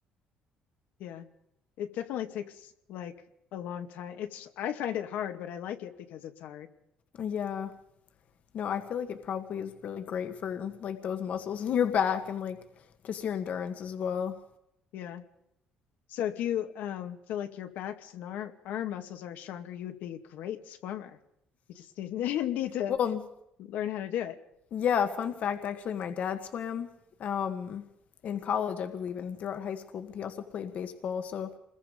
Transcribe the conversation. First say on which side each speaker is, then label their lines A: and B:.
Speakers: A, on the left; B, on the left.
A: Yeah. It definitely takes like a long time. It's I find it hard, but I like it because it's hard.
B: Yeah. No, I feel like it probably is really great for like those muscles <laughs> in your back and like just your endurance as well.
A: Yeah. So if you um, feel like your backs and arm, arm muscles are stronger, you would be a great swimmer. You just need, <laughs> need to
B: Well,
A: learn how to do it.
B: yeah, fun fact actually my dad swam um in college, I believe, and throughout high school, but he also played baseball, so